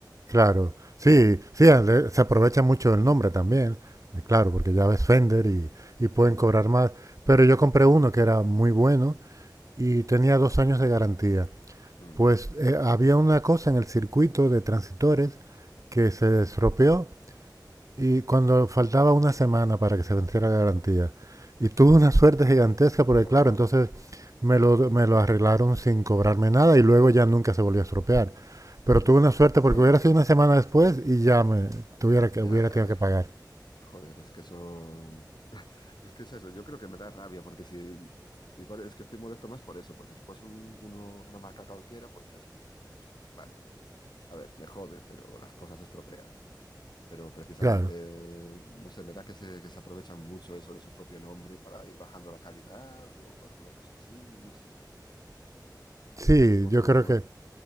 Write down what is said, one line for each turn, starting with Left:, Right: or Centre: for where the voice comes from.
Right: claro, sí, sí, ale- se aprovecha mucho el nombre también, eh, claro, porque ya ves Fender y, y pueden
Left: Mm,
Right: cobrar más. Pero yo compré uno que era muy bueno y tenía dos años de garantía.
Left: mm.
Right: Pues eh, había una cosa en el circuito de transitores que se estropeó Y cuando faltaba una semana para que se venciera la garantía, y tuve una suerte gigantesca porque,
Left: Oh,
Right: claro,
Left: wow.
Right: entonces me lo, me lo arreglaron sin cobrarme nada y luego ya nunca se volvió a estropear. Pero tuve una suerte porque
Left: Bueno,
Right: hubiera sido una semana después y ya me tuviera
Left: ya,
Right: que, hubiera tenido que pagar.
Left: joder, es que eso... <laughs> Es que es eso, yo creo que me da rabia porque si... Igual es que estoy molesto más por eso, porque si fuese un- uno- una marca cualquiera, pues ya es como, vale, a ver, me jode, pero las cosas se estropean. Pero precisamente,
Right: Claro.
Left: no sé, me da que se, que se aprovechan mucho eso de su propio nombre para ir bajando la calidad o alguna cosa así, no sé.
Right: Sí,
Left: Es un poco...
Right: yo creo que...